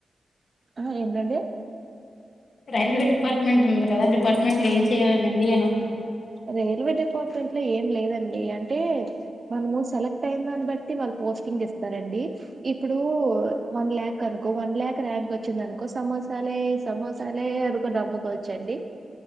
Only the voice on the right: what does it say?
ఆహా ఏటండి
రైల్వే డిపార్ట్మెంట్ లో ఏం లేదండి అంటే మనము సెలెక్ట్ అయిందాని బట్టి వాళ్ళు పోస్టింగ్ ఇస్ చేస్తారండి. ఇప్పుడు వన్ ల్యాక్ అనుకో వన్ లాక్ ర్యాంక్ వచ్చిందినుకో సమోసాలే సమోస్ సాలే అనుకోని నమ్ముకోవచ్చండి.